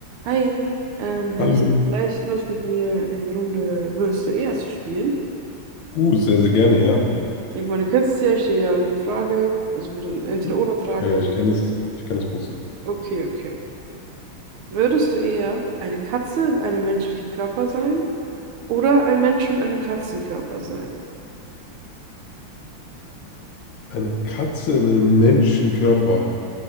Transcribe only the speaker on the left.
Hallo.
Uh, sehr, sehr gerne, ja.
Hm? Ja, ja,
ich kenne das, ich kenne das Prinzip.
Eine Katze in einem Menschenkörper.